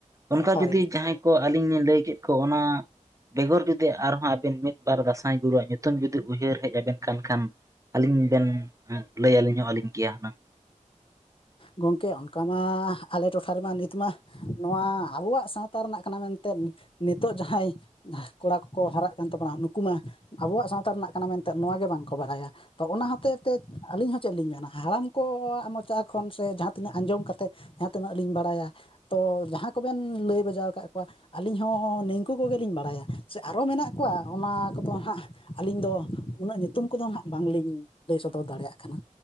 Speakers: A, on the right; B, on the left.
A: ᱚᱱᱠᱟ
B: ᱦᱳᱭ
A: ᱡᱩᱫᱤ ᱡᱟᱦᱟᱸᱭ ᱾ ᱠᱚ ᱟᱹᱞᱤᱧ ᱞᱤᱧ ᱞᱟᱹᱭ ᱠᱮᱫ ᱠᱚ ᱚᱱᱟ ᱾ ᱵᱮᱜᱚᱨ ᱡᱩᱫᱤ ᱟᱨᱦᱚᱸ ᱟᱵᱤᱱ ᱢᱤᱫ ᱵᱟᱨ ᱫᱟᱸᱥᱟᱭ ᱜᱩᱨᱩᱩᱣᱟᱜ ᱧᱩᱛᱩᱢ ᱡᱩᱫᱤ ᱩᱭᱦᱟᱹᱨ ᱦᱮᱡ ᱟᱵᱮᱱ ᱠᱟᱱ ᱠᱷᱟᱱ ᱾ ᱟᱹᱞᱤᱧ ᱵᱮᱱ ᱞᱟᱹᱭ ᱟᱹᱞᱤᱧᱚᱜ ᱟᱹᱞᱤᱧ ᱜᱮᱭᱟ ᱦᱩᱱᱟᱹᱝ ᱾
B: ᱜᱚᱝᱠᱮ ᱚᱱᱠᱟ ᱢᱟ ᱟᱞᱮ ᱴᱚᱴᱷᱟ ᱨᱮᱢᱟ ᱱᱤᱛ ᱢᱟ ᱾ ᱱᱚᱣᱟ ᱟᱵᱚᱣᱟᱜ ᱥᱟᱶᱛᱟ ᱨᱮᱱᱟᱜ ᱠᱟᱱᱟ ᱢᱮᱱᱛᱮ ᱱᱤᱛᱚᱜᱜ ᱡᱟᱦᱟᱸᱭ ᱠᱚᱲᱟ ᱠᱚᱠᱚ ᱦᱟᱨᱟᱜ ᱠᱟᱱ ᱛᱟᱵᱚᱱᱟ ᱱᱩᱠᱩ ᱢᱟ ᱾ ᱟᱵᱚᱣᱟᱜ ᱥᱟᱶᱛᱟ ᱨᱮᱱᱟᱜ ᱠᱟᱱᱟ ᱢᱮᱱᱛᱮ ᱱᱚᱣᱟᱣᱟᱜ ᱜᱮ ᱵᱟᱝᱠᱚ ᱵᱟᱲᱟᱭᱟ ᱛᱚ ᱚᱱᱟ ᱦᱚᱛᱮ ᱛᱮ ᱟᱹᱞᱤᱧ ᱦᱚᱸ ᱪᱮᱫ ᱞᱤᱧ ᱢᱮᱱᱟ ᱦᱟᱲᱟᱢ ᱟᱠᱚᱣᱟᱜ ᱢᱚᱪᱟ ᱠᱷᱚᱱ ᱥᱮ ᱡᱟᱦᱟᱸ ᱛᱤᱱᱟᱹᱜ ᱟᱸᱡᱚᱢ ᱠᱟᱛᱮᱫ ᱡᱟᱦᱟᱸ ᱛᱤᱱᱟᱹᱜ ᱞᱤᱧ ᱵᱟᱲᱟᱭᱟ ᱾ ᱛᱚ ᱡᱟᱦᱟᱸ ᱠᱚᱵᱮᱱ ᱞᱟᱹᱭ ᱵᱟᱡᱟᱣ ᱟᱠᱟᱫ ᱠᱚᱣᱟ ᱾ ᱟᱹᱞᱤᱧ ᱦᱚᱸ ᱱᱤᱝᱠᱩ ᱠᱚᱜᱮᱞᱤᱧ ᱵᱟᱲᱟᱭᱟ ᱥᱮ ᱟᱨᱚ ᱢᱮᱱᱟᱜ ᱠᱚᱣᱟ ᱚᱱᱟ ᱠᱚᱫᱚ ᱦᱟᱸᱜ ᱟᱹᱞᱤᱧ ᱫᱚ ᱩᱱᱟᱹᱜ ᱧᱩᱛᱩᱢ ᱠᱚᱫᱚ ᱦᱟᱸᱜ ᱵᱟᱝᱞᱤᱧ ᱞᱟᱹᱭ ᱥᱚᱫᱚᱨ ᱫᱟᱲᱮᱭᱟᱜ ᱠᱟᱱᱟ